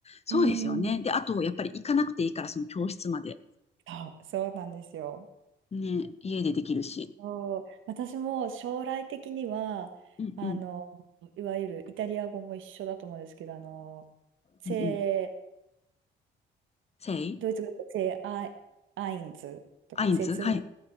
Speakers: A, on the left; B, on the right.
A: そうですよね。
B: うん。
A: で、あと、やっぱり行かなくていいから、その教室まで。
B: そう、そうなんですよ。
A: ね、家でできるし。
B: そう私も将来的には、
A: うんうん
B: あの、いわゆるイタリア語も一緒だと思うんですけど、あの、セ
A: うんうん。せい
B: ードイツ語でセーアイ、アインズとか、
A: アインツはい。
B: セーツボっ